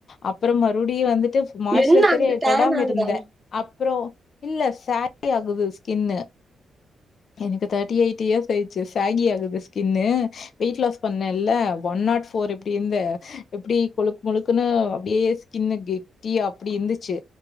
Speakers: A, on the left; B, on the right.
A: அப்புறம் மறுபடியும் வந்து ட்டு மாஸ்ரைசரே
B: என்ன ஆகுது டேன்
A: தொடாம
B: ஆகுதா
A: இருந்தேன் அப்றோம் இல்ல சாகி ஆகுது ஸ்கின்னு எனக்கு தேர்ட்டி எயிட் இயர்ஸ் பேய்ச்சு ஷைனி ஆகுது ஸ்கின்னு வெயிட் லாஸ் பண்ணேல ஒன் நாட் ஃபோர் எப்டி இந்தேன் எப்டி கொழ்க் முழுக்குன்னு அப்டியே ஸ்கின்னு கெட்டியா அப்டி இருந்துச்சு